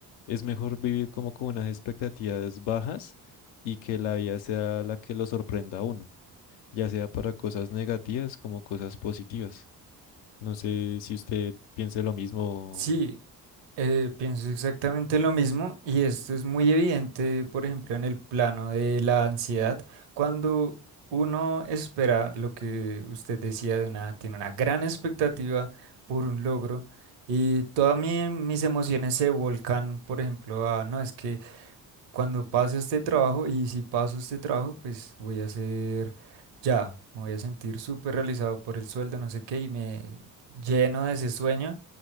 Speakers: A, on the left; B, on the right.
A: es mejor vivir como con unas expectativas bajas y que la vida sea la que lo sorprenda a uno, ya sea para cosas negativas como cosas positivas. No sé si usted piense lo mismo
B: Sí, eh, pienso exactamente lo mismo y esto es muy evidente, por ejemplo, en el plano de la ansiedad, cuando uno espera lo que usted decía de una, tiene una gran expectativa por un logro y todas mi- mis emociones se volcan, por ejemplo, a, no, es que cuando pase este trabajo, y si paso este trabajo, pues voy a ser ya, me voy a sentir súper realizado por el sueldo, no sé qué, y me lleno de ese sueño